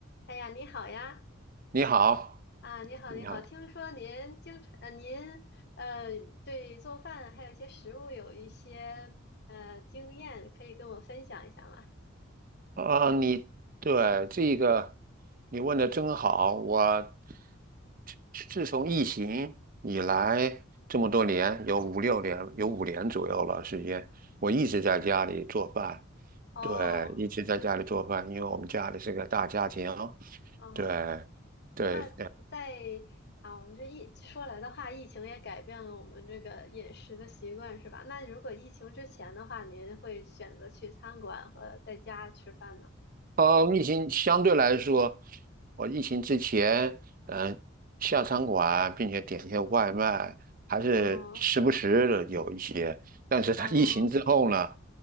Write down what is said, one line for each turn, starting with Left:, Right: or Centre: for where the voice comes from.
Left: 哎呀，你好呀！
Right: 你好，
Left: 啊，你好，
Right: 你好，
Left: 你好。听说您经常，呃，您呃，对做饭还有一些食物有一些呃经验，可以跟我分享一下吗？
Right: 啊、你对这个你问的真好，我自自从疫情以来这么多年，有五六年，有五年左右了时间，我一直在家里做饭，
Left: 哦，
Right: 对，一直在家里做饭，因为我们家里是个大家庭，
Left: 哦，
Right: 对，对，
Left: 那在啊，我们这疫说来的话，疫情也改变了我们这个饮食的习惯，是吧？那如果疫情之前的话，您会选择去餐馆和在家吃饭呢？
Right: 呃，疫情相对来说，我疫情之前，嗯、下餐馆并且点一些外卖，还是时不时的有一些。
Left: 哦，
Right: 但是他疫情之后呢，
Left: 哦，